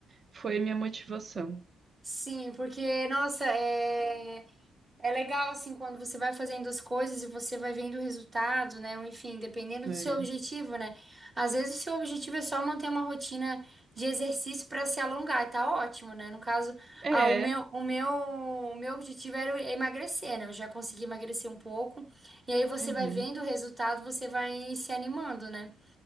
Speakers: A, on the right; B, on the right.
A: foi minha motivação.
B: Sim, porque, nossa, é. É legal, assim, quando você vai fazendo as coisas e você vai vendo o resultado, né? Ou, enfim, dependendo
A: É.
B: do seu objetivo, né? Às vezes o seu objetivo é só manter uma rotina de exercício para se alongar, e tá ótimo, né? No caso,
A: É.
B: ah, o meu, o meu, o meu objetivo era emagrecer, né? Eu já consegui emagrecer um pouco. E aí você
A: Uhum.
B: vai vendo o resultado, você vai se animando, né?